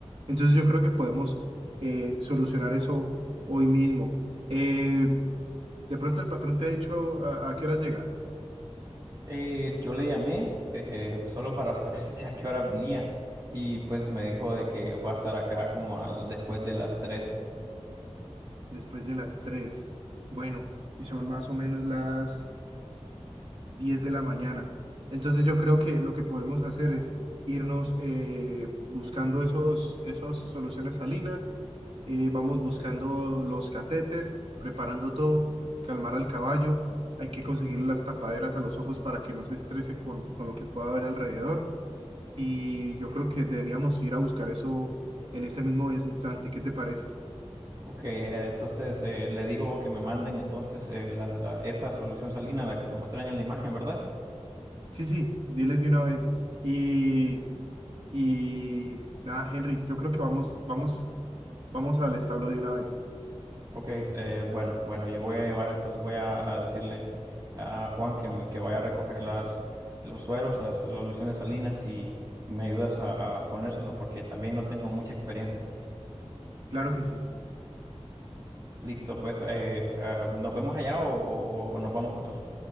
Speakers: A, on the right; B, on the right.
A: Entonces yo creo que podemos eh, solucionar eso hoy mismo. Eh, de pronto el patrón te ha dicho a, a qué horas llega.
B: Eh, yo le llamé eh, solo para saber <laughs> si a qué hora venía y pues me dijo de que va a estar acá como al- después de las tres
A: Después de las 3. Bueno, y son más o menos las 10 de la mañana. Entonces yo creo que lo que podemos hacer es irnos eh, buscando esos, esas soluciones salinas, eh, vamos buscando los catéteres, preparando todo, calmar al caballo, hay que conseguirle las tapaderas a los ojos para que no se estrese con, con lo que pueda haber alrededor. y yo creo que deberíamos ir a buscar eso en este mismo instante. ¿Qué te parece?
B: Ok, eh, entonces eh, le digo que me manden entonces eh, la, la- esa solución salina, la que te mostré en la imagen, ¿verdad?
A: Sí, sí, diles de una vez. Y, y nada, Henry, yo creo que vamos, vamos, vamos al establo de una vez.
B: Ok, eh, bueno, bueno, yo voy a llevar, entonces voy a, a decirle a Juan que, me- que vaya a recoger las, los sueros, las soluciones salinas y me ayudas a, a ponérselos porque también no tengo mucha experiencia.
A: Claro que sí.
B: Listo, pues eh, ah, nos vemos allá o, o o- o nos vamos juntos.